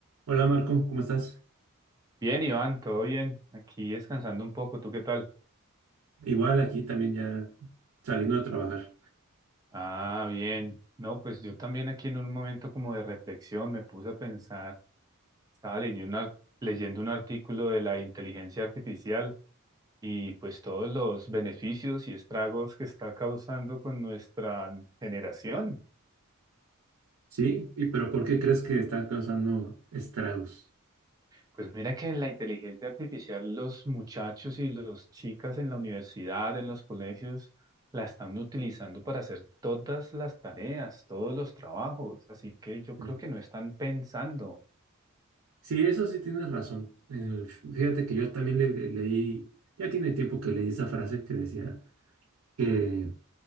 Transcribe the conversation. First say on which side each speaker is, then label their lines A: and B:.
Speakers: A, on the right; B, on the right.
A: Hola Marco, ¿cómo estás?
B: Bien, Iván, todo bien. Aquí descansando un poco, ¿tú qué tal?
A: Igual aquí también ya saliendo de trabajar.
B: Ah, bien. No, pues yo también aquí en un momento como de reflexión me puse a pensar, estaba leyendo un, ar- leyendo un artículo de la inteligencia artificial y pues todos los beneficios y estragos que está causando con nuestra generación.
A: Sí, ¿Y pero ¿por qué crees que está causando estragos?
B: Pues mira que la inteligencia artificial, los muchachos y las chicas en la universidad, en los colegios, la están utilizando para hacer todas las tareas, todos los trabajos. Así que yo
A: Sí,
B: creo que no están pensando.
A: Sí, eso sí tienes razón. Eh, fíjate que yo también le, le- leí, ya tiene tiempo que leí esa frase que decía que